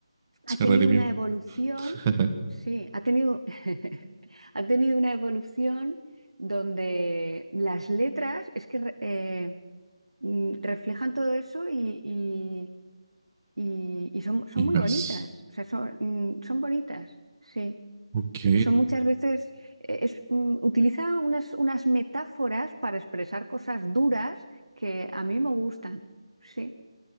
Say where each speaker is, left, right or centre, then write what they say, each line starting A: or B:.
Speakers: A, on the right; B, on the right.
A: Se
B: ha tenido
A: redimió.
B: una evolución,
A: <laughs>
B: sí, ha tenido, <laughs> ha tenido una evolución donde las letras es que re- eh, mm, reflejan todo eso y, y- y- y son, son
A: Y
B: muy
A: más.
B: bonitas, o sea, son, mm, son bonitas, sí.
A: Ok,
B: So- Son muchas veces, eh, es, mm, utiliza unas, unas metáforas para expresar cosas duras que a mí me gustan, sí.